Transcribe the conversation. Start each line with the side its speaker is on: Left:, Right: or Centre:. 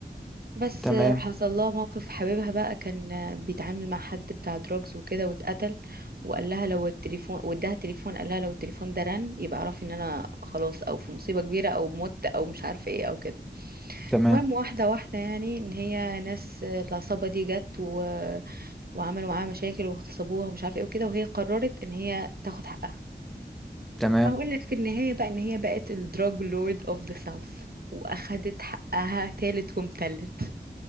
Right: بس
Centre: تمام
Right: حصل لها موقف حبيبها بقى كان بيتعامل مع حد بتاع دروجز وكده واتقتل وقال لها لو التليفون واداها تليفون قال لها لو التليفون ده رن يبقى اعرفي ان انا خلاص او في مصيبة كبيرة او مت او مش عارفة ايه او كده
Centre: تمام
Right: المهم واحدة واحدة يعني ان هي ناس العصابة دي جت و... وعملوا معاها مشاكل واغتصبوها ومش عارفة ايه وكده وهي قررت ان هي تاخد حقها
Centre: تمام
Right: هقول لك في النهاية بقى إن هي بقت الدراج لورد أوف ذا ساوث وأخدت حقها تالت ومتلت